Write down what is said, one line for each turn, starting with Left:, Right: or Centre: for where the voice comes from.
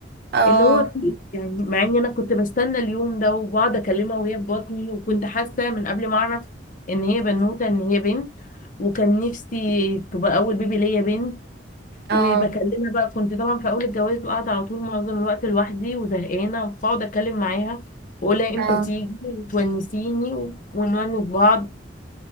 Right: اه
Left: اللي هو في إيه؟ يعني مع ان انا كنت بستنى اليوم ده وبقعد اكلمها وهي في بطني وكنت حاسه من قبل ما اعرف ان هي بنوته ان هي بنت وكان نفسي تبقى اول بيبي ليا بنت
Right: اه
Left: وبكلمها بقى كنت طبعا في اول الجواز بقعد على طول معظم الوقت لوحدي وزهقانه فاقعد اتكلم معاها واقولها امتى
Right: اه
Left: تيجي وتونسيني ونونس بعض